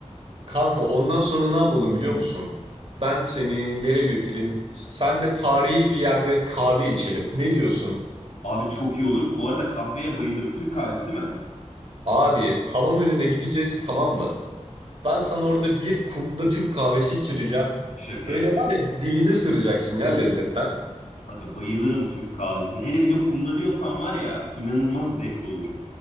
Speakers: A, on the right; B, on the left.
A: Kanka ondan sonra ne yapalım biliyor musun? Ben seni nereye götüreyim? Senle tarihi bir yerde kahve içelim. Ne diyorsun?
B: Abi çok iyi olur. Bu arada kahveye bayılırım. Türk kahvesi değil mi?
A: Abi hamam önüne gideceğiz tamam mı? Ben sana orada bir kumda Türk kahvesi içireceğim.
B: Şaka
A: Böyle
B: yapıyorsun.
A: var ya dilini ısıracaksın ya lezzetten.
B: Aga bayılırım Türk kahvesine. Hele bir de kumda diyorsan var ya inanılmaz zevkli olur.